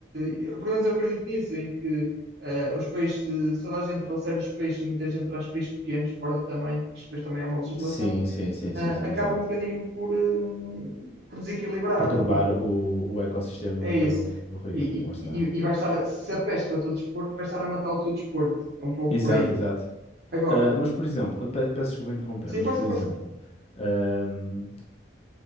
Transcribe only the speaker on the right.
de- pelo menos eu acredito nisso, em que eh, os peixes, se toda a gente trouxer os peixes e muita gente traz peixes pequenos, fora de tamanho, porque isto depois também é uma legislação
ah,
acaba
um bocadinho por, hum, por desequilibrar.
E
é
isso.
E, e,
e- e vai estar, a- se a pesca é o teu desporto, vai estar a matar o teu desporto. É um pouco
por aí.
Agora,
sim,
força,
força.